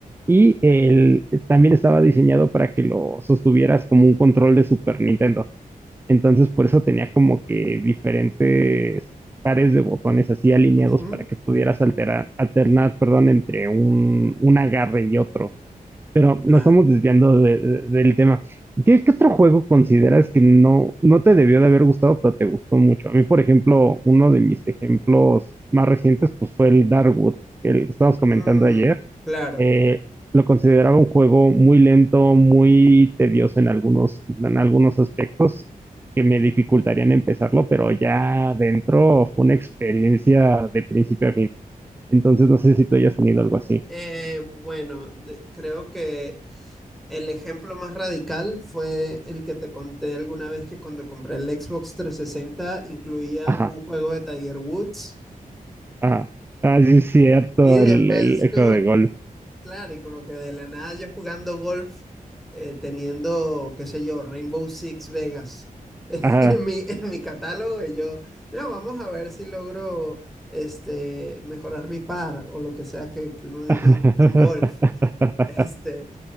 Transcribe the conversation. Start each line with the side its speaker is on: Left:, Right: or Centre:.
Right: Y el, también estaba diseñado para que lo sostuvieras como un control de Super Nintendo. Entonces, por eso tenía como que diferentes pares de botones así alineados
Centre: ujú,
Right: para que pudieras alterar, alternar, perdón, entre un, un agarre y otro. Pero
Centre: claro.
Right: nos estamos desviando de- de- del tema. ¿Qué, qué otro juego consideras que no, no te debió de haber gustado, pero te gustó mucho? A mí, por ejemplo, uno de mis ejemplos más recientes pues, fue el Darkwood, el que estábamos comentando
Centre: Mm,
Right: ayer.
Centre: claro.
Right: Eh, lo consideraba un juego muy lento, muy tedioso en algunos, en algunos aspectos que me dificultarían empezarlo, pero ya dentro fue una experiencia de principio a fin. Entonces, no sé si tú hayas tenido algo así.
Centre: Eh, bueno, de- creo que el ejemplo más radical fue el que te conté alguna vez que cuando compré el Xbox 360 incluía
Right: Ajá.
Centre: un juego de Tiger Woods
Right: Ajá. Ah, sí, es cierto,
Centre: y después
Right: el, el el
Centre: como,
Right: juego de golf.
Centre: claro, y como que de la nada yo jugando golf, eh, teniendo, qué sé yo, Rainbow Six Vegas <laughs> en
Right: Ajá.
Centre: mi, en mi catálogo y yo, no, vamos a ver si logro este, mejorar mi par o lo que sea que, que uno diga
Right: <laughs>
Centre: en en golf. <laughs> Este,